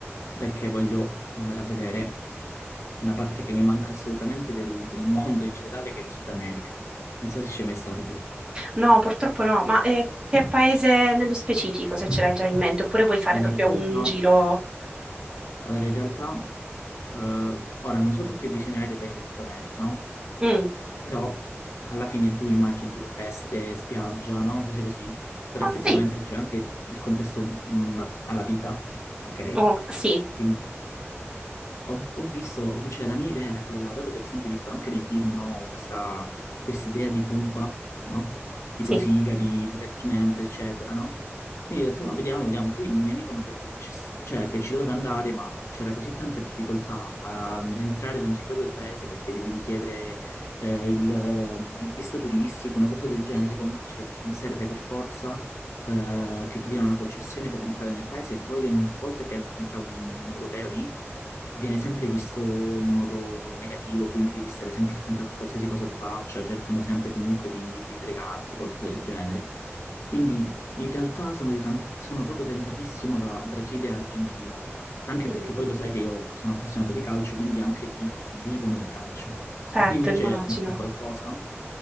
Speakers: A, on the left; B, on the right.
A: perché voglio andare a vedere una parte che mi manca assolutamente del, del mondo in generale, che è il Sud America. Non so se ci sei mai stata tu.
B: No, purtroppo no, ma eh, che paese nello specifico, se ce l'hai già in mente? Oppure vuoi fare
A: Allora,
B: proprio
A: in realtà...
B: un giro?
A: Allora, in realtà, eh, ora non so tu che visione hai dei paesi di Sud America, no?
B: Mm.
A: Però alla fine tu immagini tipo feste, spiaggia, no? Cose così, però
B: Oh,
A: effettivamente
B: sì,
A: c'è anche il contesto mh, alla vita, ok?
B: oh, sì,
A: Quindi ho, ho visto, cioè la mia idea era quella, dato che ho sempre visto anche nei film, no, questa idea di Cuba, no? Tipo
B: sì.
A: sigari, divertimento, eccetera, no? Quindi ho detto, va, vediamo, vediamo. Poi un mio amico mi ha detto che, c'è- cioè, che ci doveva andare, ma c'era così tanta difficoltà ad entrare dentro proprio il paese perché devi richiedere eh, il, eh, il visto turistico, una cosa del genere. Comunque cioè, serve per forza eh, che ti diano una concessione per entrare nel paese e poi ogni volta che entra un un europeo lì viene sempre visto in modo negativo, quindi devi stare sempre attento a qualsiasi cosa tu faccia, cercano sempre comunque di, di fregarti, qualcosa del genere. Quindi in realtà sono, di tan- sono proprio tentatissimo da Brasile e Argentina, anche
B: Mm,
A: perché poi lo sai che io sono appassionato di calcio, quindi anche lì vivono di calcio.
B: Certo,
A: Tu invece
B: immagino.
A: hai pensato a qualcosa?